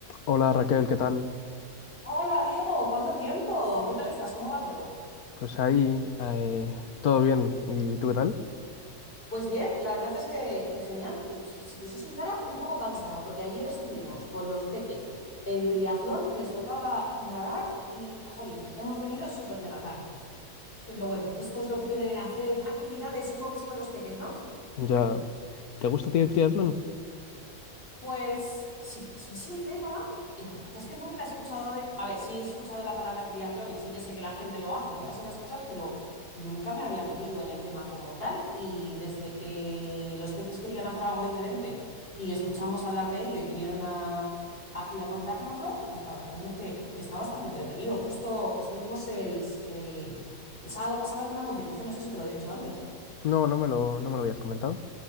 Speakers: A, on the left; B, on the left.
A: Hola Raquel, ¿qué tal?
B: Hola Diego, ¿cuánto tiempo? ¿Qué tal estás? ¿Cómo va todo?
A: Pues ahí, eh, todo bien. ¿Y tú qué tal?
B: Pues bien, la verdad es que, que genial. Y si si te soy sincera, un poco cansada, porque ayer estuvimos con los peques en triatlón, que les tocaba nadar y, jolín, hemos venido súper mega tarde. Pero bueno, esto es lo que tiene hacer actividades y hobbies con los peques, ¿no?
A: Ya, ¿te gusta a ti el triatlón?
B: Pues, si te soy sincera, la verdad es que nunca he escuchado de... A ver, sí he escuchado la palabra triatlón y sí que sé que la gente lo hace y todas esas cosas, pero nunca me había metido en el tema como tal y desde que los peques querían hacer algo diferente y escuchamos hablar de ello y vinieron a- aquí a contárnoslo, pues la verdad es que está bastante entretenido. Justo estuvimos el, el el sábado pasado en una competición, no sé si te lo he dicho antes.
A: No, no me lo, no me lo habías comentado.